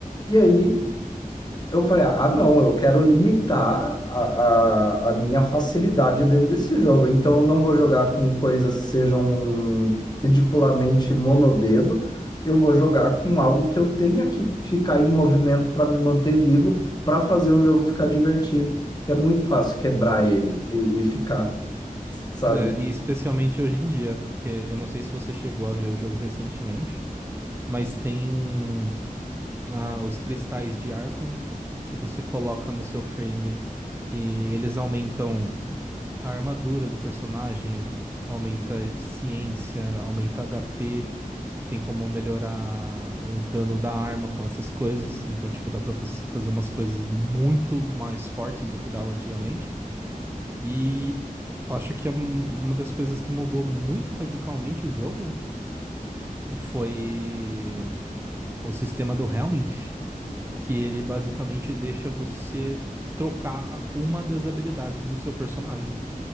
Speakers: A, on the left; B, on the right.
A: E aí, Eu falei, ah, não, eu quero limitar a, a, a minha facilidade dentro desse jogo. Então, eu não vou jogar com coisas que sejam ridiculamente monodedo. Eu vou jogar com algo que eu tenha que ficar em movimento para me manter vivo, para fazer o jogo ficar divertido. É muito fácil quebrar ele e, e ficar, sabe?
B: é, e especialmente hoje em dia, que eu não sei se você chegou a ver o jogo recentemente, mas tem ah, os cristais de Archon que você coloca no seu frame e eles aumentam a armadura do personagem, aumenta a eficiência, aumenta HP. tem como melhorar o dano da arma com essas coisas. Então, tipo, dá pra você fazer umas coisas muito mais fortes do que dava antigamente. E acho que é um- uma das coisas que mudou muito radicalmente o jogo foi o sistema do Helminth, que ele basicamente deixa você trocar uma das habilidades do seu personagem.